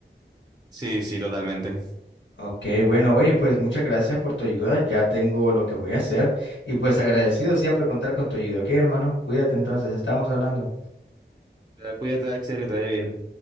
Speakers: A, on the right; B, on the left.
A: Sí, sí, totalmente.
B: Ok, bueno, oye, pues muchas gracias por tu ayuda, ya tengo lo que voy a hacer y pues agradecido siempre contar con tu ayuda, ok, hermano, cuídate entonces, estamos hablando.
A: Eh, Cuídate, Axel, que te vaya bien.